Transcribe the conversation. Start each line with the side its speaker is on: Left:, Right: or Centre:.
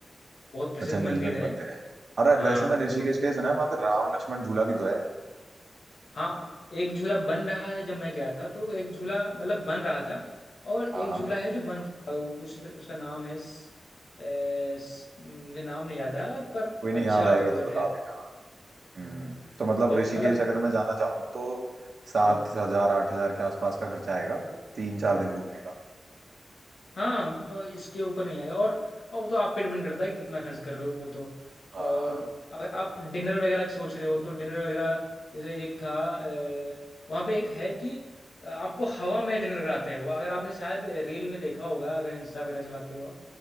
Left: बहुत प्रसिद्ध
Right: अच्छा नीलकंठ
Left: मंदिर है
Right: मंदिर है अरे
Left: हाँ
Right: वैसे मैंने ऋषिकेश
Left: जो
Right: का ही सुना है वहाँ पे राम लक्ष्मण झूला भी तो है
Left: हाँ एक झूला बन रहा है जब मैं गया था तो एक झूला मतलब बन रहा था और
Right: हाँ
Left: एक
Right: हाँ,
Left: झूला है जो बन चुका है, वो कुछ उसका नाम है स, ए, स, मुझे नाम नहीं याद आ रहा पर
Right: कोई नहीं
Left: अच्छा
Right: याद आएगा
Left: मतलब
Right: तो बता
Left: है
Right: देना हाँ। हम्म
Left: हाँ,
Right: तो मतलब
Left: और
Right: ऋषिकेश
Left: मतलब
Right: अगर मैं जाना चाहूँ तो सात
Left: हाँ
Right: हजार आठ हजार के आसपास का खर्चा आएगा तीन चार दिन घूमने का
Left: हाँ ब- इसके ऊपर नहीं आएगा और और वो तो आप पे डिपेंड करता है कि कितना खर्च कर रहे हो वो तो
Right: हाँ
Left: और अगर आप डिनर वगैरह सोच रहे हो तो डिनर वगैरह जैसे एक था अ, वहाँ पे एक है कि अ, आपको हवा में डिनर कराते हैं वो अगर आपने शायद रील में देखा होगा अगर इंस्टा वगैरह चलाते हो